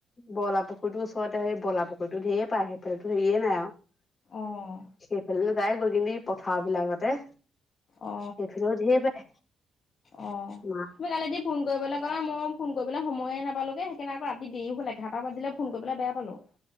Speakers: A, on the left (about 40°); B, on the left (about 55°).
A: বলা পুখী। পুখুৰী ওচৰতে সেই বলা পুখুৰীতো ঢেৰ পায় সেইফালে হেৰিয়ে নাই আৰু
B: অ
A: সেইফালে। তাই গৈ কিনি পথাৰ বিলাকতে।
B: অ
A: সেইফালেও ঢেৰ পায়
B: অহ,
A: মাছ
B: তুমি কালি দি। ফোন কৰিবলৈ গ'লো মই ফোন কৰিবলৈ সময়ে নাপালোগে সেইকাৰণে আকৌ ৰাতি দেৰি হ'ল এঘাৰটা বজাত দিলে ফোন কৰিবলৈ বেয়া পালো।